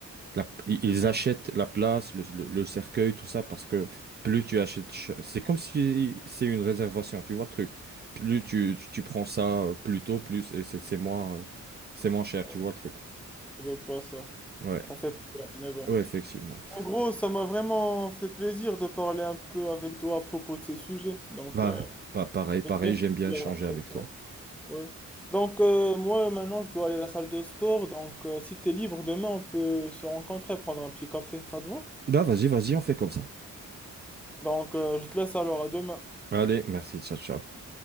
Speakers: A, on the right; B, in the centre.
A: la- ils ils achètent la place, le, le- le cercueil, tout ça, parce que plus tu achètes, ch- c'est comme si c'est une réservation, tu vois le truc. Plus tu, tu, tu prends ça euh, plus tôt, plus et c'est c'est moins, euh, c'est moins cher,
B: Bon,
A: tu vois le truc.
B: je savais pas ça.
A: Ouais,
B: Ça fait peur, mais bon.
A: ouais, effectivement.
B: En gros, ça m'a vraiment fait plaisir de parler un peu avec toi à propos de ces sujets. Donc,
A: Bah,
B: euh,
A: bah pareil, pareil,
B: j'aime bien
A: j'aime bien
B: la
A: échanger
B: réflexion.
A: avec toi.
B: Ouais. Donc, euh, moi, maintenant, je dois aller à la salle de sport. Donc, euh, si tu es libre demain, on peut se rencontrer, prendre un petit café. Ça te va?
A: Bah, vas-y, vas-y, on fait comme ça.
B: Donc, euh, je te laisse alors à demain.
A: Allez, merci, ciao, ciao.